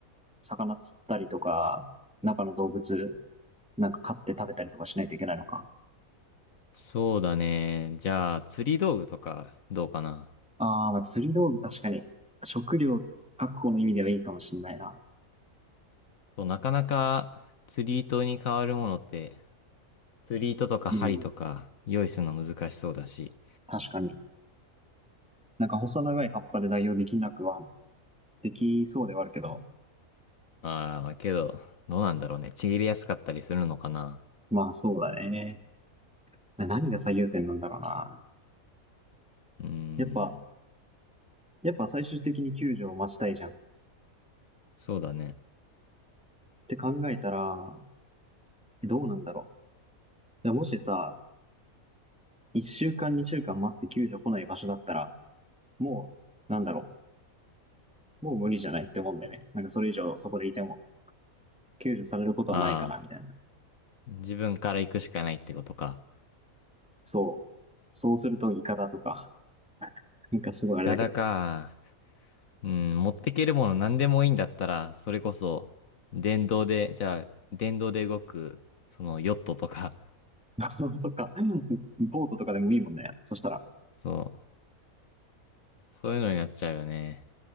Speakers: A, in the centre; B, on the left.
A: 魚釣ったりとか、中の動物、なんか飼って食べたりとかしないといけないのか。
B: そうだね。じゃあ、釣り道具とか、どうかな。
A: ああ、まあ釣り道具確かに、食料確保の意味ではいいかもしれないな。
B: そう、なかなか釣り糸に変わるものって、釣り糸とか針とか用意するの難しそうだし。
A: うん、確かに。なんか細長い葉っぱで代用できなくは、できそうではあるけど、
B: ああ、けど、どうなんだろうね。ちぎりやすかったりするのかな。
A: まあそうだね。な何が最優先なんだろうな。
B: うーん、
A: やっぱ、やっぱ最終的に救助を待ちたいじゃん。っ
B: そうだね。
A: て考えたら、どうなんだろう。いやもしさ、一週間、二週間待って救助来ない場所だったら、もう、なんだろう。もう無理じゃないってもんだよね。なんかそれ以上そこでいても、救助されることはないかな、
B: ああ、
A: みたいな。
B: 自分から行くしかないってことか。
A: そう。そうすると、イカだとか、なんかすごいあれだけど。
B: いかだか。うん、持ってけるもの何でもいいんだったら、それこそ、電動で、じゃあ、電動で動く、そのヨットとか、
A: <laughs> そっか。ボートとかでもいいもんね。そしたら。
B: そう、そういうのになっちゃうよね。